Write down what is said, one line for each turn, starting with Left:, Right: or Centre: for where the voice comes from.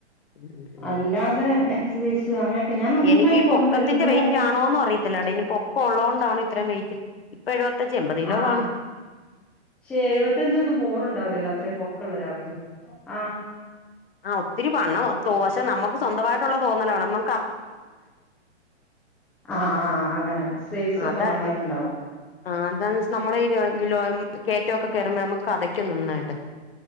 Left: ഉം ഉം
Centre: അല്ലാതെ എക്സസൈസ് അങ്ങനെയൊക്കെ ഞാൻ നന്നായിട്ട്
Left: എനിക്ക് ഈ
Centre: കുറഞ്ഞിട്ട്
Left: പൊക്കത്തിന്റെ
Centre: എല്ലാർക്കും
Left: വെയ് റ്റാണോന്നും അറിയത്തില്ലടോ ഇനി പോ കൊള്ളോണ്ടാണ് ഇത്രയും വെയ്റ്റ് ഇപ്പൊ എഴുപത്തഞ്ച് എൺമ്പത് കിലോ
Centre: ആഹ്
Left: കാണും.
Centre: പക്ഷെ എഴുപത്തഞ്ചൊന്നും പോറുണ്ടാവൂലല്ലോ അത്രയും പൊക്കള്ള ഒരാൾക്ക് ആ
Left: ആ ഒത്തിരി വണ്ണം പക്ഷെ നമുക്ക് സ്വന്തമായിട്ടുള്ള തോന്നല് വേണം നമ്മ
Centre: ആ ആ അങ്ങനെ സൈസ് ഒക്കെ
Left: അതെ
Centre: നന്നായിട്ട്ണ്ടാവും.
Left: ആ അതാന്ന് നമ്മള് ഈ ലോ കയറ്റോക്കെ കേറൂ മ്പോഴ നമ്മുക്ക് കെതയ്ക്കും നന്നായിട്ട്.